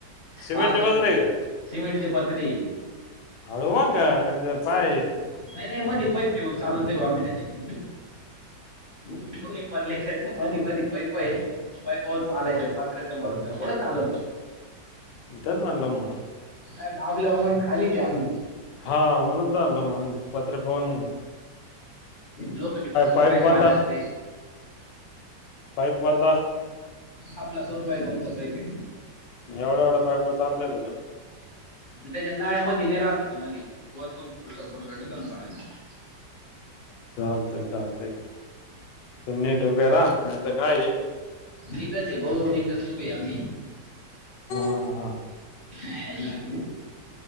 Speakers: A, on the left; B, on the left.
A: सिमेंटच्या
B: पा ते,
A: बाजूला आहे का
B: सिमेंटची पत्रे.
A: हळू वा का नाही ते पाय
B: नाही नाही मध्ये पईप ठेवून चालते बा आमही त्याच्या दुणीही परलेखेत. त्या मधी मधी पैप आहे, पैपावर चालायच पात्र्याचा भरोसा कुठं चालतो.
A: तेच म्हणलं म.
B: अ दाबल्यावर म खालीच आम्ही.
A: हा म्हणून <unintelligible> मग, पत्रे पाऊन
B: लोखंडी पत्र्यावर
A: पाईप
B: काय नाही
A: कोणता
B: वाटत रे.
A: पाईप वनदा.
B: आपला दोन बाय दोनचा पैपये.
A: एवढ्या एवढ्या पाईपा चालत्यात का?
B: त्याच्या नाळ्यामधी नाही राहात का मधी, वरतून सपोर्ट भेटतो ना पायाना.
A: चालतय चालतय, नीट उभे राहा नाही तर काय ये.
B: नीटच आहे भाऊ नीटच उभे आहे आम्ही.
A: हा
B: आयला,